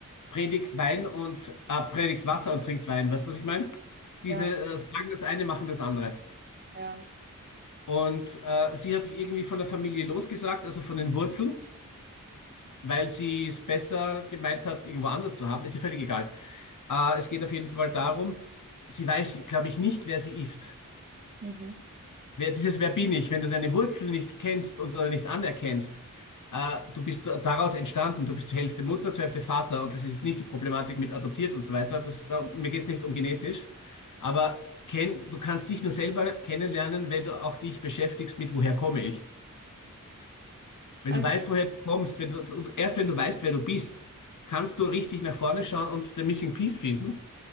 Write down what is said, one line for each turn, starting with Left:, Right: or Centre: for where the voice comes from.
Left: Predigt Wein und äh, predigt Wasser und trinkt Wein. Weißt du, was ich meine? Diese
Right: ja,
Left: äh, sagen das eine, machen das andere.
Right: ja.
Left: Und äh, sie hat sich irgendwie von der Familie losgesagt, also von den Wurzeln weil sie es besser gemeint hat, irgendwo anders zu haben. Ist ihr völlig egal. Äh, es geht auf jeden Fall darum, sie weiß, glaube ich, nicht, wer sie ist.
Right: Mhm.
Left: Wer, dieses Wer bin ich, wenn du deine Wurzel nicht kennst und oder nicht anerkennst, äh, du bist daraus entstanden, du bist zur Hälfte Mutter, zur Hälfte Vater und das ist nicht die Problematik mit adoptiert und so weiter. Das, da, mir geht es nicht um genetisch, aber kenn, du kannst dich nur selber kennenlernen, wenn du auch dich beschäftigst mit, woher komme ich. Wenn
Right: Also,
Left: du weißt, woher du kommst, wenn du, und erst wenn du weißt, wer du bist, kannst du richtig nach vorne schauen und den Missing Piece finden.